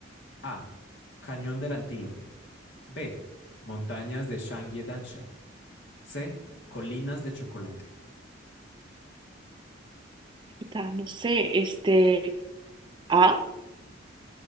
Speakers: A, on the left; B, on the right.
A: A. Cañón del Antílope. B. Montañas de Shangri Dansha. C. Colinas de Chocolate.
B: Puta, no sé, este. ¿A?